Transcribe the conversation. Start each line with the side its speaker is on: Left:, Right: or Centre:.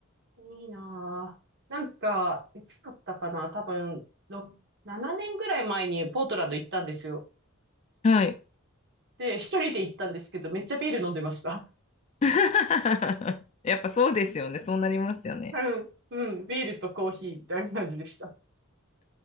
Right: いいなぁ。なんか、いつだったかな多分、ろ7年ぐらい前にポートランド行ったんですよ。
Left: はい。
Right: で、一人で行ったんですけど、めっちゃビール飲んでました。
Left: <laughs> やっぱそうですよね。そうなりますよね。
Right: うん、うん、ビールとコーヒーみたいな感じでした。